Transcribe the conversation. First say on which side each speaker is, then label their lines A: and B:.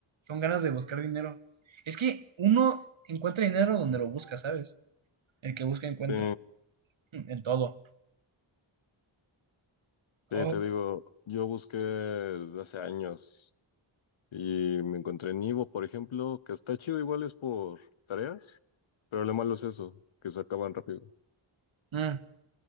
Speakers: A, on the right; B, on the left.
A: Son ganas de buscar dinero. Es que uno encuentra dinero donde lo busca, ¿sabes? El que busca encuentra.
B: Sí,
A: Mm, En todo.
B: sí,
A: Oh.
B: te digo, yo busqué desde hace años. Y me encontré en Ivo, por ejemplo, que está chido, igual es por tareas, pero lo malo es eso, que se acaban rápido.
A: Mm,